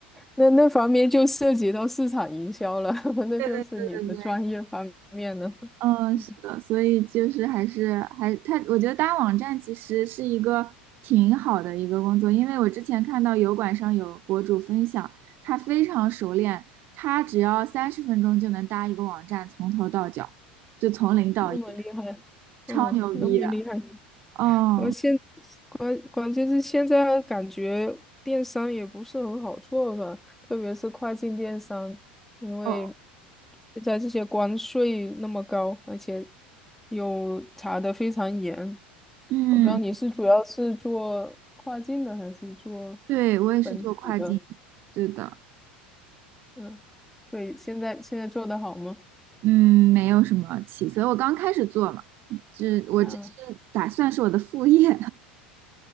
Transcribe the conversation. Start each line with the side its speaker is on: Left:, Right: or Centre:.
Centre: 那那方面就涉及到市场营销了，<laughs> 那就是你的专业方面了。
Right: 对对对对对。嗯，
Centre: <laughs> 嗯
Right: 是的，所以就是还是还他，我觉得搭网站其实是一个挺好的一个工作，因为我之前看到油管上有博主分享，他非常熟练，他只要三十分钟就能搭一个网站，从头到脚，就从零到一，
Centre: 那么厉害，
Right: 超牛逼的。
Centre: 嗯，那么厉害。
Right: 哦
Centre: 我现关关键是现在感觉电商也不是很好做吧，特别是跨境电商，因为
Right: 哦，
Centre: 现在这些关税那么高，而且又查的非常严。
Right: 嗯，
Centre: 我不知道你是主要是做跨境的还是做
Right: 对，我也是做跨境，
Centre: 本土的？
Right: 对的，
Centre: 嗯，对，现在现在做的好吗？
Right: 嗯，没有什么起色，我刚开始做嘛，这我这是打算是我的副业，
Centre: 啊，